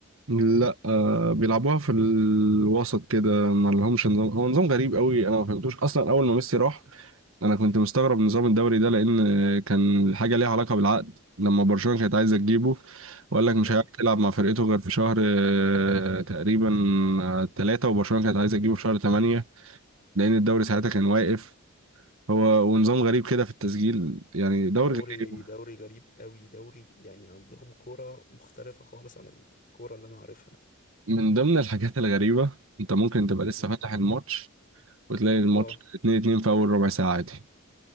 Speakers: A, on the right; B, on the left.
A: لا آه بيلعبوها في الوسط كده ما لهمش نظام هو نظام غريب قوي انا ما فهمتوش اصلا اول ما ميسي راح انا كنت مستغرب نظام الدوري ده لان كان حاجه ليها علاقه بالعقد لما برشلونه كانت عايزه تجيبه وقال لك مش
B: اه
A: هيعرف يلعب مع فرقته غير في شهر آه، تقريبا ثلاثة وبرشلونه كانت عايزه تجيبه في شهر ثمانية لان الدوري ساعتها كان واقف هو ونظام غريب كده في التسجيل يعني دوري
B: دوري
A: غريب
B: دوري غريب قوي دوري يعني عندهم كورة مختلفة خالص عن الكورة اللي أنا عارفها
A: من ضمن الحاجات الغريبه انت ممكن تبقى لسه
B: مم.
A: فاتح الماتش وتلاقي الماتش
B: اه
A: 2-2 في اول ربع ساعه عادي